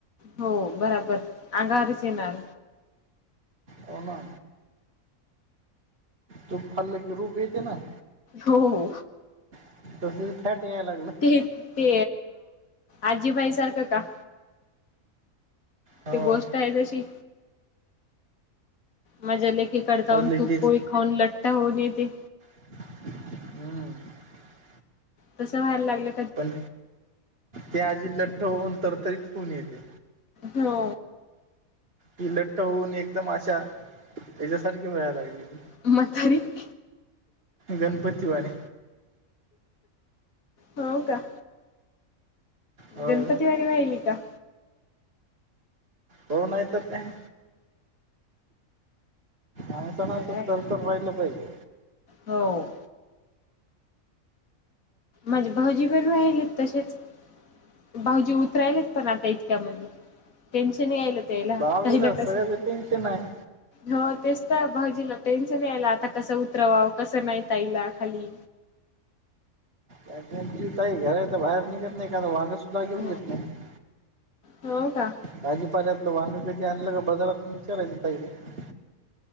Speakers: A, on the left; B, on the right.
A: हो बराबर अघावरारीच येणार‌
B: हो ना‌ तूप खाल्ल कि रूप येत ना.
A: हो हो
B: <unintelligible> यात लागल.
A: ते आजीबाई सारखं का?
B: हो
A: ती गोष्ट आहे तशी माझ्या लेखीकड जाऊन
B: ओलीचीच
A: तूपो खाऊन लट्टा होऊन येते.
B: हम्म.
A: तसं व्हायला लागल.
B: पण ते आजी लठ्ठ होऊन तरतरीच खन येते.
A: हो.
B: हि लठ्ठ होऊन एकदम अशा हच्यासारखी व्हाला लागली‌.
A: <unintelligible>
B: गणपती वाणी.
A: हो का?
B: हो
A: गणपती वनि वयल का?
B: होरो नाही य तर अ आच न
A: बर
B: असत
A: आहे
B: तर तर राहिलं पाहिजे.
A: हो. माझे भाऊजी पण राहिले तसेच. भाऊजी उतरायलाच पण आता इतक्यामध्येण टेन्शनही आयल‌ ला
B: भावजीला
A: काहिलं कसं.
B: सगळ्याचं टेन्शन आहे
A: हो तेच तर भाजीला टेन्शन आयला आता कसं उतरवावं कसं नाही तईला खाली‌
B: काय काय घराच्या बाहेर निघत नाही का मं वांग सुद्धा घेऊन
A: हो
B: येत नाही
A: हो का
B: भाजीपाल्यातलं वांग कधी आणलं का बाजारातून विचारायच ताई ला